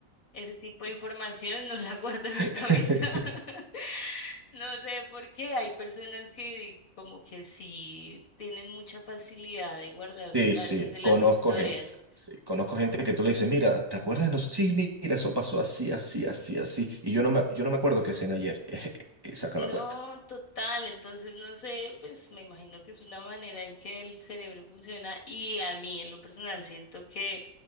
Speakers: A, on the left; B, on the right.
A: ese tipo de información, <laughs> no la guardo en
B: <laughs>
A: mi cabeza. <laughs> No sé por qué hay personas que como que sí tienen mucha facilidad de guardar
B: Sí,
A: detalles
B: sí,
A: de las
B: conozco
A: historias.
B: gente. Sí, conozco gente que tú le dices, mira, ¿te acuerdas? No, Sí, mi- mira, eso pasó así, así, así, así. Y yo no me, yo no me acuerdo qué cené ayer. <laughs> Y saca
A: No,
B: la cuenta.
A: total. Entonces, no sé, pues me imagino que es una manera en que el cerebro funciona y a mí en lo personal siento que